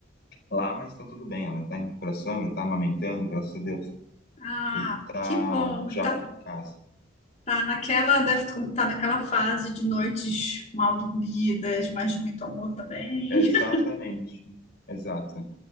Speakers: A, on the left; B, on the left.
A: lá, mas tá tudo bem. Ela já tá em recuperação, já tá amamentando, graças a Deus.
B: Ah,
A: E tá
B: que bom.
A: já
B: Ele tá
A: aqui em casa.
B: Tá naquela, deve estar naquela fase de noites mal dormidas, mas de muito amor também.
A: Exatamente,
B: <laughs>
A: exato.